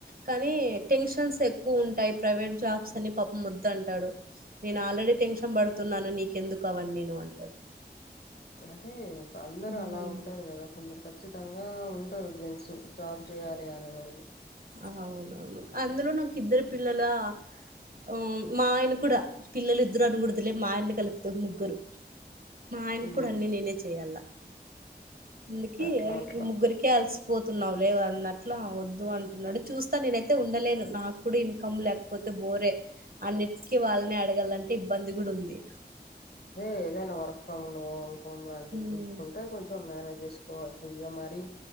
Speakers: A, on the right; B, on the left.
A: కానీ టెన్షన్స్ ఎక్కువుంటాయ్ ప్రైవేట్ జాబ్స్ అని పపమొద్దంటాడు నేన్ ఆల్రెడీ టెన్షన్ బడ్ తున్నాను నీకెందుకు అవన్నీను అంటడ్
B: అదే అందరు
A: ఉమ్
B: అలా ఉండరు గదా కొందరు ఖచ్చితంగా ఉన్ టరు జెన్సు జాబ్ చేయాలి అనే వాళ్ళు
A: అవునవును అందులో నాక్ ఇద్దరు పిల్లలా ఓ మా ఆయన కూడా పిల్లల్ ఇద్దరు అనకూడదులే మా ఆయన కలిపితే ముగ్గురు మా ఆయన
B: ఉమ్
A: క్కూడా అన్ని నేనే చెయ్యాల ఇందుకీ
B: అట్లా
A: యే
B: అట్లా
A: ఈ ముగ్గురికే అలసిపోతున్నావు లేవ్ అన్నట్లా వద్దు అంట్ ల్లడు చూస్తా నేనైతే ఉండలేను నాక్కూడ ఇన్కం లేకపోతే బోరే అన్నిటికీ వాళ్ళనే అడగాలంటే ఇబ్బంది గూడుంది
B: దే ఏదైనా వర్క్ ఫ్రమ్ నో హోమ్ లాంటివి
A: ఉమ్
B: చూసుకుంటే కొంచ్ ఫ్రం మేనేజేసుకోవచ్చు ఇగ మరి